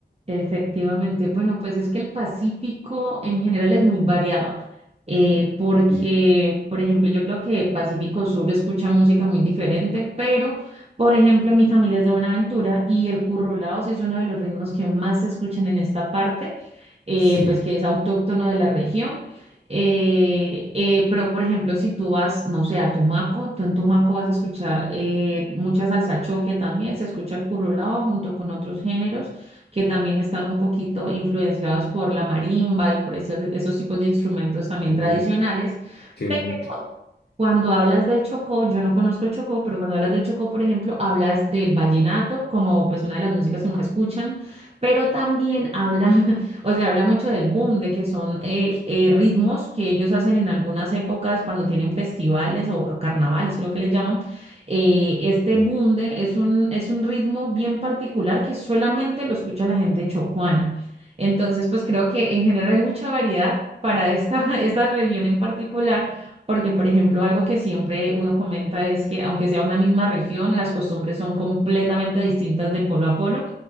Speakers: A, on the right; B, on the left.
A: Efectivamente, bueno, pues es que el Pacífico en general es muy variado, eh, porque,
B: Sí,
A: por ejemplo, yo creo que Pacífico Sur escucha música muy diferente, pero, por ejemplo, mi familia es de Buenaventura y el currulao sí es uno de los ritmos que más se escuchan en esta parte, eh,
B: sí.
A: pues que es autóctono de la región. Eh, eh, pero, por ejemplo, si tú vas, no sé, a Tumaco, tú en Tumaco vas a escuchar eh, mucha salsa choque también, se escucha el currulao junto con otros géneros que también están un poquito influenciados por la marimba y por esos, esos tipos de instrumentos también
B: Ujú.
A: tradicionales.
B: Qué
A: Pero
B: bonito.
A: cuando hablas del Chocó, yo no conozco el Chocó, pero cuando hablas del Chocó, por ejemplo, hablas del vallenato como pues una de las músicas que más escuchan, pero también habla, <laughs> o sea, habla mucho del boom, de que son eh, eh, ritmos que ellos hacen en algunas épocas cuando tienen festivales o carnavales, creo que les llaman eh, este
B: Sí,
A: bunde es un, es un ritmo bien particular que solamente lo escucha la gente chocuana. Entonces, pues creo que en general hay mucha variedad para esta, <laughs> esta región en particular, porque, por ejemplo, algo que siempre uno comenta es que aunque sea una misma región, las costumbres son completamente distintas de polo a polo